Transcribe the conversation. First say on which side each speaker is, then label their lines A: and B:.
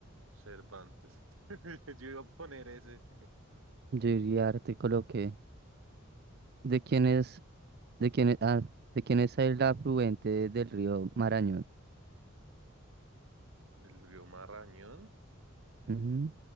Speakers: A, on the right; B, on the right.
A: Cervantes. <laughs> Yo iba a poner ese.
B: yo Iriarte coloqué. ¿De quién es, de quién es, ah, de quién es el afluente del río Marañón?
A: ¿Del río Marrañón?
B: Ujú,